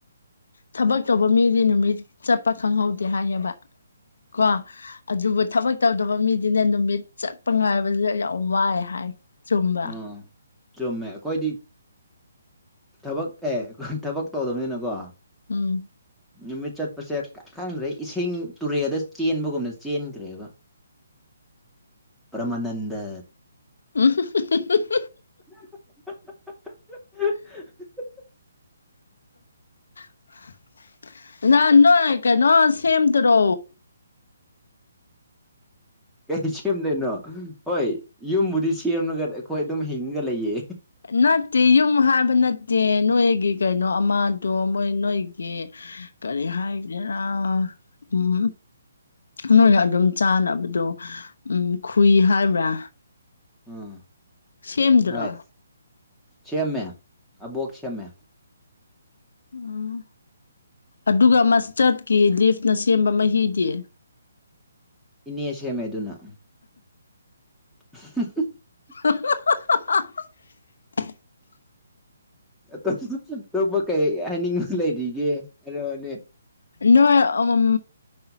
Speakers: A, on the left; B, in the centre.
A: ꯊꯕꯛ ꯇꯧꯕ ꯃꯤꯗꯤ ꯅꯨꯃꯤꯠ ꯆꯠꯄ ꯈꯪꯍꯧꯗꯦ ꯍꯥꯏꯌꯦꯕ ꯀꯣ ꯑꯗꯨꯕꯨ ꯊꯕꯛ ꯇꯧꯗꯕ ꯃꯤ ꯑꯗꯨꯅ ꯅꯨꯃꯤꯠ ꯆꯠꯄ ꯉꯥꯏꯕꯁ ꯌꯥꯝ ꯋꯥꯏ ꯍꯥꯏ ꯆꯨꯝꯕ
B: ꯑꯥ ꯆꯨꯝꯃꯦ ꯑꯩꯈꯣꯏꯗꯤ ꯊꯕꯛ ꯑꯦ ꯊꯕꯛ ꯇꯧꯗꯕꯅꯤꯅꯀꯣ
A: ꯎꯝ
B: ꯅꯨꯃꯤꯠ ꯆꯠꯄꯁꯦ ꯈꯪꯗ꯭ꯔꯦ ꯏꯁꯤꯡ ꯇꯨꯔꯦꯜꯗ ꯆꯦꯟꯕꯒꯨꯝꯅ ꯆꯦꯟꯈ꯭ꯔꯦꯕ
A: <unintelligible> <inaudible>
B: ꯄꯃꯅꯟꯗ
A: <unintelligible> <inaudible>
B: <inaudible> <unintelligible>
A: <inaudible> ꯉꯅꯣ ꯀꯩꯅꯩꯅꯣ ꯁꯃꯇ ꯔꯣ
B: ꯀꯩ ꯁꯦꯝꯗꯣꯏꯅꯣ ꯍꯣꯏ ꯌꯨꯝꯕꯨꯗꯤ ꯁꯦꯝꯂꯒ ꯑꯩꯈꯣꯏ ꯑꯗꯨꯝ ꯍꯤꯡꯉ ꯒ ꯂꯩꯌꯦ
A: ꯅꯠꯇꯦ ꯌꯨꯝ ꯍꯥꯏꯕ ꯅꯠꯇꯦ ꯅꯣꯏꯒꯤ ꯀꯩꯅꯣ ꯑꯃꯗꯣ ꯃꯣꯏ ꯅꯣꯏꯒꯤ ꯀꯔꯤ ꯍꯥꯏꯒꯦꯔꯥ ꯎꯝ ꯅꯣꯏꯅ ꯑꯗꯨꯝ ꯆꯥꯅꯕꯗꯣ ꯎꯝ ꯈꯨꯏ ꯍꯥꯏꯕ꯭ꯔꯥ
B: ꯎꯝ
A: ꯁꯦꯝꯗ꯭ꯔꯣ
B: ꯍꯥꯏ ꯁꯦꯝꯃꯦ ꯑꯕꯣꯛꯣꯛꯁꯃꯦ
A: ꯑꯥ ꯑꯗꯨꯒ ꯃꯁꯇꯔꯠꯀꯤ ꯂꯤꯐꯅ ꯁꯦꯝꯕ ꯃꯍꯤꯗꯤ
B: ꯏꯅꯦ ꯁꯦꯝꯦꯃꯦ ꯑꯗꯨꯅ <unintelligible>
A: <unintelligible>
B: ꯑꯞꯇꯞꯄ ꯀꯩ ꯍꯥꯏꯅꯤꯡꯕꯁꯨ ꯂꯩꯔꯤꯒꯦ ꯍꯥꯏꯣꯅꯦ
A: ꯏꯣ ꯎꯝ